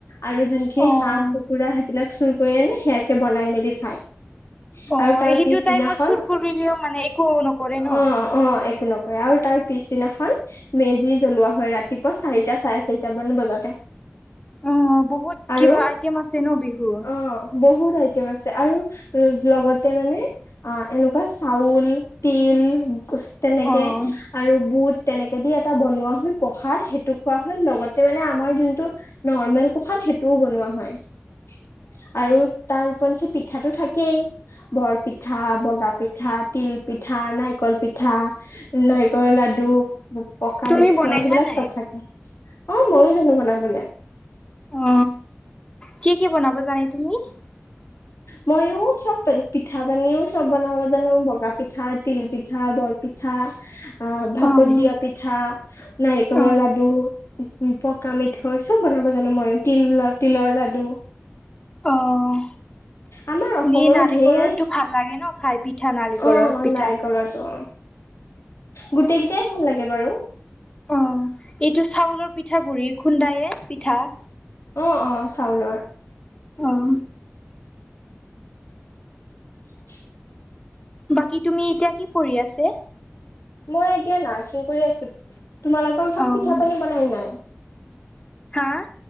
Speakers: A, on the left; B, on the left.
A: আৰু যোনখিনি
B: অ',
A: হাঁহ, কুকুৰা সেইবিলাক চুৰ কৰি আনি সেয়াকে বনাই মেলি খায়।
B: অ',
A: আৰু তাৰ
B: সেইটো
A: পিছদিনাখন
B: টাইমত চুৰ কৰিলেও মানে একো নকৰে ন?
A: অ', অ', একো নক কৰে আৰু তাৰ পিছদিনাখন মেজি জ্বলোৱা হয় ৰাতিপুৱা চাৰিটা, চাৰে চাৰিটা মান বজাতে।
B: অ বহুত কিবা
A: আৰু
B: আইটেম আছে ন বিহুৰ।
A: অ', বহুত <unintelligible> আছে আৰু ল লগতে মানে অ', এনেকুৱা চাউল, তিল তেনেকে
B: অ
A: আৰু বুট তেনেকে দি এটা বনোৱা হয়, প্ৰসাদ সেইটো খোৱা হয় লগতে মানে আমাৰ যোনটো নৰ্মেল প্ৰসাদ সেইটোও বনোৱা <unintelligible> আৰু তাৰ ওপৰঞ্চি পিঠাটো থাকেই বৰপিঠা বগা পিঠা তিল পিঠা নাৰিকল <unintelligible> পিঠা নাৰিকলৰ লাডু পকা
B: তুমি
A: মিঠৈ
B: বনাইলা
A: সেইবিলাক
B: নাই?
A: চব থাকে অ ময়ো জানো বনাবোলে
B: অ কি কি বনাব জানে তুমি <unintelligible>
A: ময়ো সব পিঠা পানিও সব বনাব জানো ভগা পিঠা তিল পিঠা বৰ পিঠা অ অ ভাপত
B: অ',
A: দিয়া পিঠা নাৰিকলৰ
B: অ',
A: লাডু পকা মিঠা হয় চব বনাব জানো ময়ো তিল তিলৰ লাডু
B: অ',
A: আমাৰ অসমৰো
B: এনেই নাৰিকলৰটো
A: ঢেৰাই
B: ভাল লাগে ন খাই পিঠা নাৰিকলৰ
A: অ
B: পিঠা।
A: নাৰিকলৰো অ গোটেই কেইটাই ভাল লাগে বাৰু
B: অ এইটো চাউলৰ পিঠাাগু় খুন্দায়ে পিঠা
A: অ অ চাওল
B: আহ
A: <unintelligible>
B: বাকী তুমি এতিয়া কি পঢ় আছে
A: মই এতিয়া নাৰ্চিং কৰি আছো তোমালোকৰ ঘৰত
B: অ',
A: পিঠা পানী বনাম নাই
B: হা